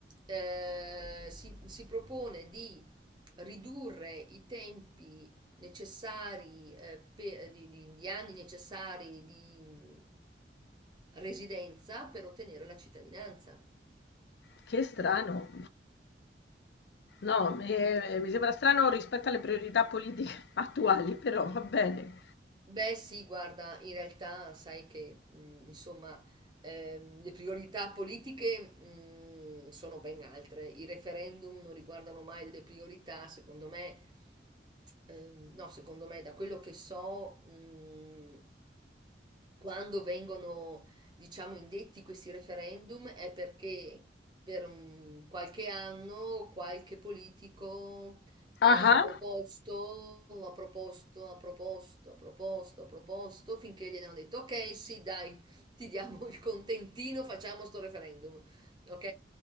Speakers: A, on the right; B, on the left.
A: Eh, si, si propone di ridurre i tempi necessari, eh, per- di, di- di anni necessari di mm, residenza per ottenere la cittadinanza.
B: Che strano. No, eh, eh, mi sembra strano rispetto alle priorità politiche <laughs> attuali, però va bene.
A: Beh sì, guarda, in realtà sai che mh, insomma ehm, le priorità politiche mh, sono ben altre. I referendum non riguardano mai delle priorità, secondo me, ehm, no, secondo me, da quello che so, mh, quando vengono, diciamo, indetti questi referendum è perché per un qualche anno qualche politico
B: Ah,
A: ha
B: ah.
A: proposto, ha proposto, ha proposto, ha proposto, ha proposto, finché gli hanno detto, ok, sì, dai, ti diamo il contentino, facciamo sto referendum, ok?